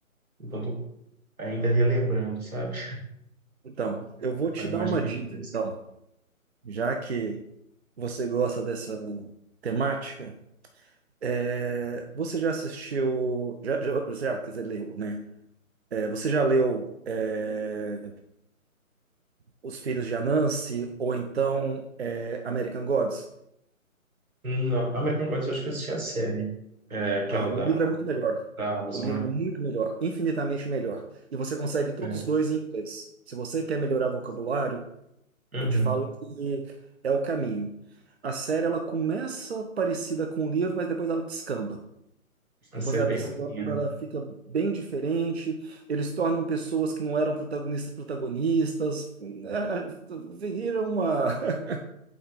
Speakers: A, on the right; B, on the right.
A: Então tô ainda relembrando, sabe?
B: Então, eu vou
A: Tá com
B: te
A: a imagem
B: dar uma
A: bem
B: dica,
A: fresca.
B: então. Já que você gosta dessa temática, é, você já assistiu... Já, já, já, quer dizer, leu, né? É, você já leu é, Os Filhos de Anansi ou então é, American Gods?
A: Não, American Gods eu acho que eu assisti a série. É, aquela
B: Ah, o
A: da
B: livro é muito melhor.
A: da Amazon,
B: O livro
A: né?
B: é muito melhor, infinitamente melhor. E você consegue todos
A: É.
B: os dois em inglês. Se você quer melhorar vocabulário,
A: Uhum.
B: eu te falo que é o caminho. A série ela começa parecida com o livro, mas depois ela descamba.
A: A
B: Depois
A: série
B: ela
A: bem
B: descamba,
A: maisinha, né?
B: ela fica bem diferente. Eles tornam pessoas que não eram protagonistas protagonistas. É, é, Vira uma, <laughs>